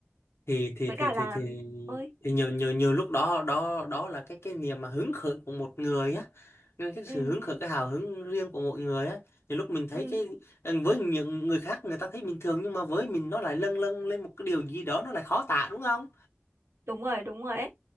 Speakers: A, on the left (about 75°); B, on the right (about 80°).
A: thì thì
B: với cả
A: thì
B: là
A: thì thì
B: ơi
A: thì nhiều nhiều nhiều lúc đó đó đó là cái cái niềm mà hứng khởi của một người á nhưng cái sự
B: ừ
A: hứng khởi cái hào hứng riêng của mỗi người á nhiều lúc mình thấy
B: ừ
A: cái với những người khác người ta thấy bình thường nhưng mà với mình nó lại lâng lâng lên một cái điều gì đó nó lại khó tả đúng không
B: đúng rồi đúng rồi ấy